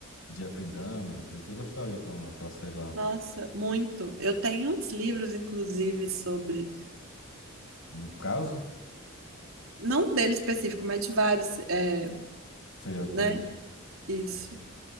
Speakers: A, on the left; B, on the right.
A: Jeffrey Dahmer. Eu tenho gostado, então, daquela série lá.
B: Nossa, muito. Eu tenho uns livros, inclusive, sobre.
A: O caso?
B: Não dele específico, mas de vários, é,
A: Serial Killers.
B: né? Isso.